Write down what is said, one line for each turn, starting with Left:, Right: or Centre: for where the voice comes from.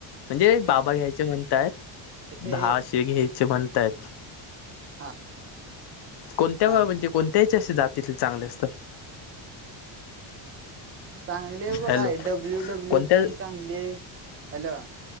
Left: म्हणजे बाबा घ्यायचे म्हणतायत
Right: ते
Left: दहाशीे घ्यायचे म्हणतायत.
Right: हा.
Left: कोणत्या
Right: हा
Left: व म्हणजे कोणत्याही असे जातीथले चांगले असतात.
Right: चांगलीय बघ
Left: हॅलो
Right: आय डब्ल्यू डब्ल्यू
Left: कोणत्या
Right: पण चांगलीये, हॅलो